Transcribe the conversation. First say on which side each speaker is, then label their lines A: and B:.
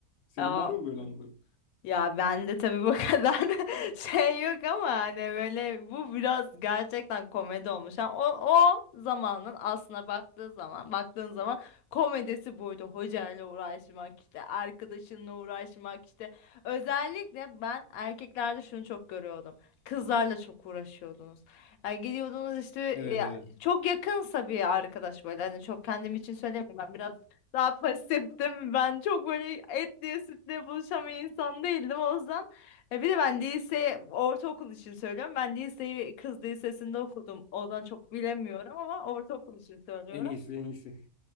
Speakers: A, on the left; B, on the left.
A: Senin
B: hı.
A: var mı böyle anıların?
B: Ya ben de tabii bu kadar <laughs> şey yok ama hani böyle bu biraz gerçekten komedi olmuş. Yani o, o zamanın aslına baktığı zaman baktığın zaman komedisi buydu. Hocayla uğraşmak işte arkadaşınla uğraşmak işte. Özellikle ben erkeklerde şunu çok görüyordum. Kızlarla çok uğraşıyordunuz. Yani gidiyordunuz işte
A: Evet
B: ya,
A: evet.
B: çok yakınsa bir arkadaş böyle hani çok kendim için söylemiyorum ben biraz daha pasiftim. Ben çok böyle et diye sütle buluşan bir insan değildim o yüzden. E, bir de ben lise, ortaokul için söylüyorum. Ben liseyi kız lisesinde okudum. Oradan çok bilemiyorum ama ortaokul için söylüyorum.
A: En iyisi en iyisi.